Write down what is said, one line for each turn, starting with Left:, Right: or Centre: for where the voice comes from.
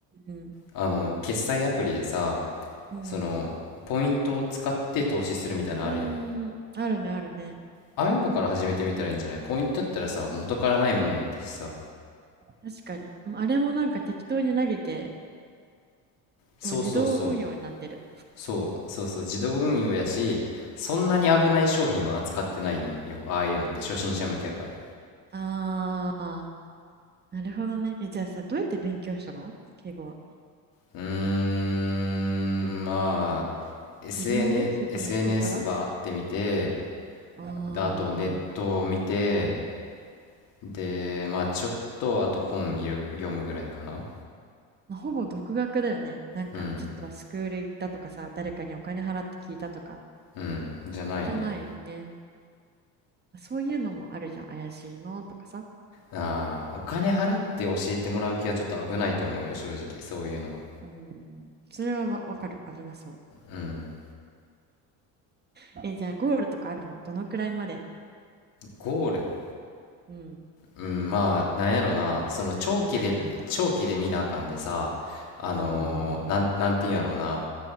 Right: うん。
Left: あの決済アプリでさ
Right: うん。
Left: そのポイントを使って投資するみたいなのあるやん
Right: うーん。あるね、あるね。
Left: ああいうのから始めてみたらいいんじゃないポイントやったらさ元からないもんやったしさ
Right: 確かに。うんあれもなんか適当に投げて、
Left: そうそうそう
Right: もう自動運用になってる。
Left: そうそうそう自動運用やしそんなに危ない商品は扱ってないんよああいうのって初心者向けやから
Right: うん。あー、なるほどね。え、じゃあさ、どうやって勉強したの敬語は。
Left: うーんまあ SN
Right: 自分でそれとも人からあ
Left: SNS バーって見て
Right: あ
Left: であとネットを見てでまあちょっとあと本見る読むぐらいかな
Right: まあ、ほぼ独学だよね。なんか、
Left: うん
Right: ちょっとスクール行ったとかさ、誰かにお金払って聞いたとか、
Left: うんじゃないね
Right: じゃないね。そういうのもあるじゃん。怪しいのとかさ。
Left: ああ、お金払って教えてもらう気はちょっと危ないと思うよ、正直、そういうのは。
Right: うん、それはわわかる。危なそ
Left: うん。
Right: う。えー、じゃあゴールとかあるのどのくらいまで、
Left: ゴール、
Right: うん、
Left: うん、まあ、なんやろな、その長期で、
Right: 稼ぎたいなとか。
Left: 長期で見なあかんでさ、あのー、
Right: ああ、
Left: なん、なんていうんやろうな、